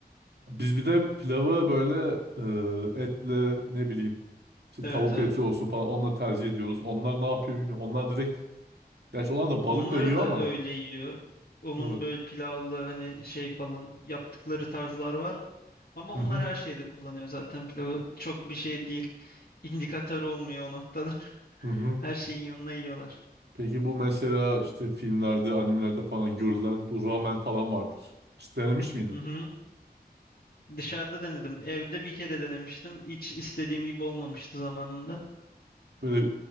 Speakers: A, on the right; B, on the left.
A: Biz bir de pilavı böyle e, etle ne bileyim işte
B: Evet
A: tavuk
B: evet.
A: eti olsun falan onunla tercih ediyoruz. Onlar ne yapıyor bilmiyorum. Onlar direkt gerçi onlar da balık
B: Onları
A: da yiyor
B: da
A: ama
B: öyle yiyor. Onun
A: evet.
B: böyle pilavlı hani şey falan yaptıkları tarzlar var. Ama
A: Hı
B: onlar
A: hı.
B: her şeyde kullanıyor zaten pilavı. Çok bir şey değil. İndikatör olmuyor o noktada. <laughs>
A: Hı hı.
B: Her şeyin yanına yiyorlar.
A: Peki bu mesela işte filmlerde, animelerde falan görülen bu ramen falan vardır. Hiç denemiş miydin?
B: Hı hı. Dışarıda denedim. Evde bir kere denemiştim. Hiç istediğim gibi olmamıştı zamanında.
A: Böyle